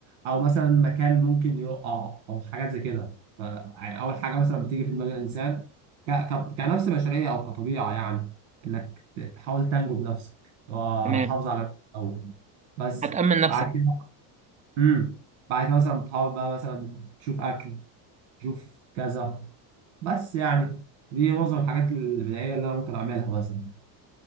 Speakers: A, on the right; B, on the right.
A: او مثلا مكان ممكن يقع او حاجات زي كده ف يعني اول حاجه مثلا بتيجي في دماغ الانسان ك... ك... كنفس بشريه او كطبيعه يعني انك ت- تحاول تنجو بنفسك اللي هو
B: تمام
A: انا حافظ على نفسي الاول بس
B: هتأمن نفسك
A: بعد كده امم بعد كده مثلا بتحاول بقى مثلا تشوف اكل تشوف كذا بس يعني دي معظم الحاجات البدائيه اللي انا ممكن اعملها مثلا